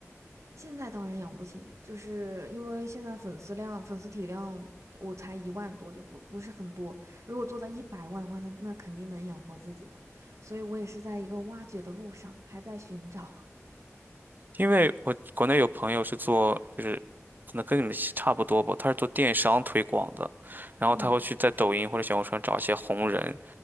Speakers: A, on the right; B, on the right.
A: 现在当然养不起，就是因为现在粉丝量、粉丝体量我才一万多，就不不是很多。如果做到一百万的话，那那肯定能养活自己的。所以我也是在一个挖掘的路上，还在寻找。
B: 因为我国内有朋友是做，就是可能跟你们差不多吧，他是做电商推广的，然后他会去在抖音或者小红书上找一些红人，
A: <laughs> 嗯